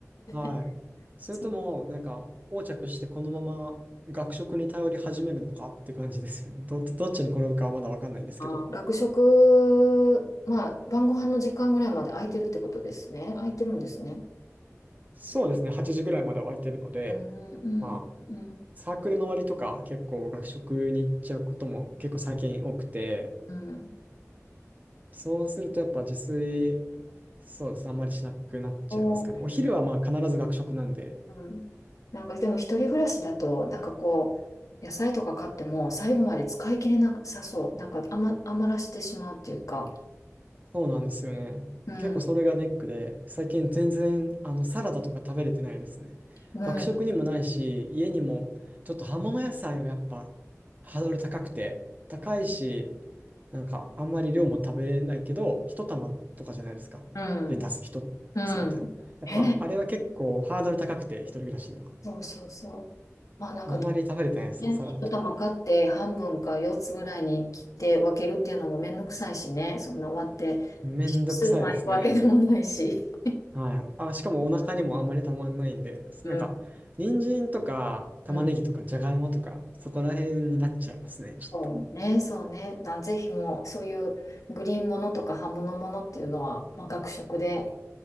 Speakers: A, on the right (about 30°); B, on the left (about 85°).
A: はい。
B: <laughs>
A: それとも、
B: そっか
A: なんか、横着してこのまま学食に頼り始めるのかって感じですよね。ど、どっちに転ぶかはまだわかんないんですけど。
B: あ学食、まあ晩ご飯の時間ぐらいまで空いてるってことですね。空いてるんですね。
A: そうですね、8時ぐらいまでは空いてるので、
B: うん、うん、
A: まあ、
B: うん、
A: サークルの終わりとか結構学食に行っちゃうことも結構最近多くて、
B: うん。
A: そうするとやっぱ自炊、そうですね、あんまりしなくなっちゃいますかね。
B: おー
A: お昼はまあ必ず学食なんで、
B: うん。なんかでも一人暮らしだと、なんかこう、野菜とか買っても最後まで使い切れなさそう。なんか余、余らしてしまうっていうか。
A: そうなんですよね。
B: うん。
A: 結構それがネックで、最近全然あのサラダとか食べれてないですね。
B: うん。
A: 学食にもないし、家にもちょっと葉物野菜はやっぱハードル高くて、高いし、なんかあんまり量も食べれないけど、一玉とかじゃないですか。
B: うん。
A: レタス一つみたいな。
B: うん。
A: やっぱあれは結構ハードル高くて、
B: ねえ。
A: 一人暮らしには。
B: そうそうそう。まあなんか
A: あんまり食べれてないですね、
B: ね、
A: サラダとか。
B: 一玉買って半分か四つぐらいに切って分けるっていうのもめんどくさいしね。そんな割って、
A: めんどくさいですね。
B: 一緒にスーパー行くわけでもないし。
A: はい。あ、しかもお腹にもあんまりたまんないんで、
B: うん。
A: なんか、人参とか玉ねぎとかじゃがいもとか、
B: うん。
A: そこら辺になっちゃいますね、ちょっと。
B: そうね、そうね。だぜひもう、そういうグリーンものとか葉物ものっていうのは、まあ、学食で